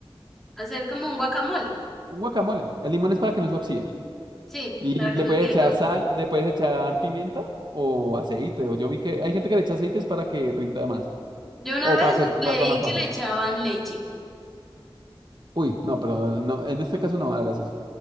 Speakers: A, in the centre; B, on the right.
A: Hacer como un guacamole.
B: Un guacamole. El limón es para que no se oxide.
A: Sí,
B: Y
A: para que
B: le
A: no
B: puedes
A: quede
B: echar
A: todo
B: sal, le puedes echar pimienta o aceite. O yo vi que hay gente que le echa aceites para que rinda más.
A: Yo una
B: O
A: vez
B: para que
A: leí
B: pasa más
A: que
B: fácil.
A: le echaban leche.
B: Uy, no, pero no, en este caso no hagas eso.